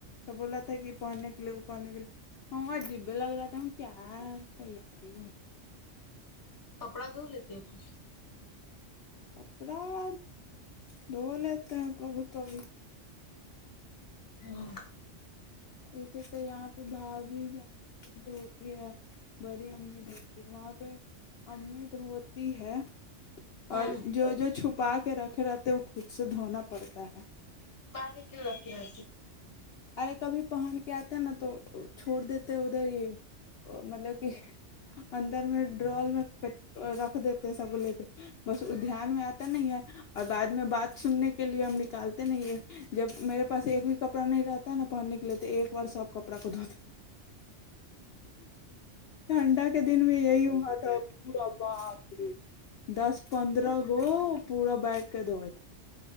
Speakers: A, on the left; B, on the left.
A: تو بول رہا تھا کہ یہ پہننے کے لیے وہ پہننے کے لیے وہ عجیب ہی لگ رہا تھا کیا تیاری
B: کپڑا دھو لیتے ہے خود
A: کپڑا دھو لیتے ہیں کبھی کبھی
B: ہمم
A: میری تو یہاں پہ بھابھی <unintelligible> بڑی امی دھوتی ہے وہاں پہ امی دھوتی ہے
B: ہوں
A: اور جو جو چھپا رکھے رہتے ہے وہ خود سے دھونا پڑتا ہے
B: چھپا کے کیوں رکھتی ہو
A: ارے کبھی پہن کے آتے نا تو چھوڑ دیتے ادھر ہی مطلب کہ اندر میں ڈرال میں رکھ دیتے سب کو لے کے بس وہ دھیان میں آتا نہیں ہے اور بعد میں بات سننے کے لیے ہم نکالتے نہیں ہیں جب میرے پاس ایک بھی کپڑا نہیں رہتا پ نہ پہننے کے لیے تھے ایک بار سب کپڑا کو دھوتے ٹھنڈا کے دن میں یہی ہوا تھا پورا باپ رے <unintelligible> دس پندرہ گو پورا بیٹھ کے دھوئے تھے